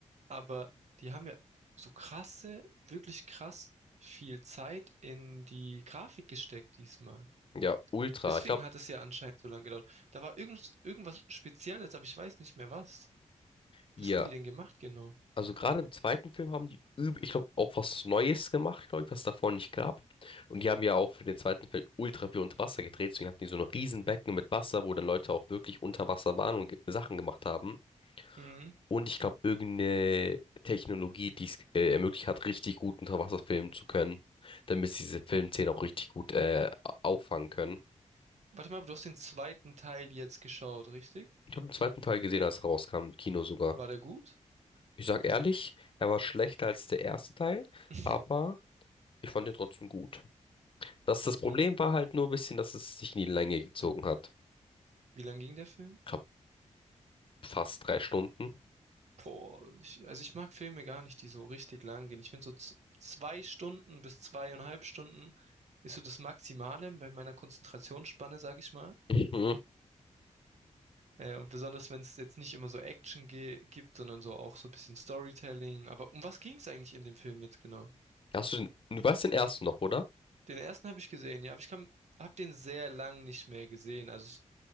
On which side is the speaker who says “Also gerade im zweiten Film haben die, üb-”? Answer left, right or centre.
Left